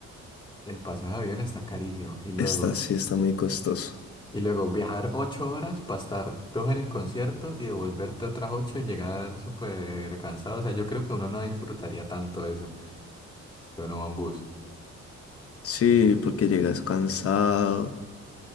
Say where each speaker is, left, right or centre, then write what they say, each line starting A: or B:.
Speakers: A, on the left (about 15°); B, on the left (about 50°).
A: el pasaje de avión está carísimo. Y luego,
B: Está, sí, está muy costoso.
A: Y luego viajar ocho horas para estar dos en el concierto y devolverte otras ocho y llegar súper cansado. O sea, yo creo que uno no disfrutaría tanto eso si uno va en bus.
B: Sí, porque llegas cansado,